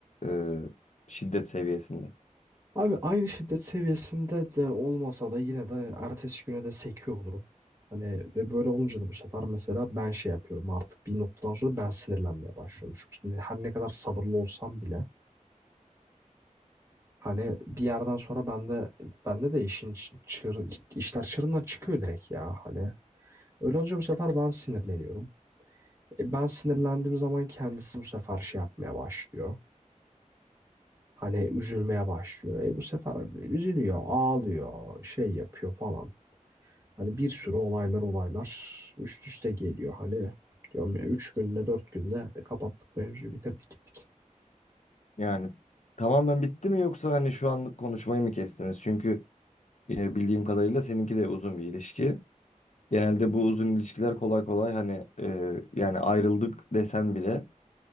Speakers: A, on the left; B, on the right.
A: e, şiddet seviyesinde.
B: Abi aynı şiddet seviyesinde de olmasa da yine de ertesi güne de sekiyor olurum. Hani ve böyle olunca da bu sefer mesela ben şey yapıyorum artık bir noktadan sonra ben sinirlenmeye başlıyorum. Çünkü her ne kadar sabırlı olsam bile hani bir yerden sonra bende bende de işin çır, işler çığırından çıkıyor direkt ya hani. Öyle olunca bu sefer ben sinirleniyorum. E, ben sinirlendiğim zaman kendisi bu sefer şey yapmaya başlıyor. Hani üzülmeye başlıyor. E bu sefer üzülüyor, ağlıyor, şey yapıyor falan. Hani bir sürü olaylar olaylar üst üste geliyor. Hani diyorum ya 3 günde 4 günde kapattık mevzuyu bitirdik gittik.
A: Yani tamamen bitti mi yoksa hani şu anlık konuşmayı mı kestiniz? Çünkü e, bildiğim kadarıyla seninki de uzun bir ilişki. Genelde bu uzun ilişkiler kolay kolay hani e, yani ayrıldık desen bile